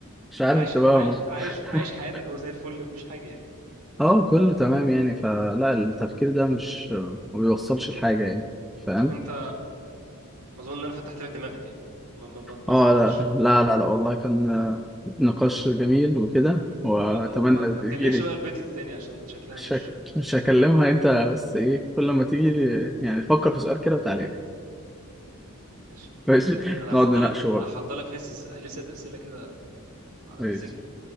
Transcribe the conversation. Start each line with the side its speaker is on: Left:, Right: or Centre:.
Centre: مش عارف
Right: انت عايش
Centre: انت
Right: انت
Centre: فاهمه
Right: عاي- عايش عايش
Centre: <laughs>
Right: حياتك اهو زي الفل مفيش حاجه يعني
Centre: اه كله تمام يعني فلا التفكير ده مش ما بيوصلش لحاجة يعني فاهم
Right: طب انت اظن ان انا فتحت لك دماغك يعني ما ما ما تتحورش
Centre: اه لا لا لا, لا والله كان آه، نقاش جميل وكده واتمنى
Right: ما ما ما
Centre: تجيلي
Right: تكلمش بقى البت دي تاني عشان شكلها
Centre: مش
Right: مش
Centre: هك- مش هكلمها انت بس ايه كل ما تيجي لي- يعني فكر في سؤال كده وتعالى لي
Right: ماشي
Centre: <laughs> ماشي
Right: انا
Centre: نقعد
Right: هحضر
Centre: نناقشه
Right: لك
Centre: بقى
Right: هحضر لك لسه لسه اسئله كده على
Centre: ماشي
Right: مزاجي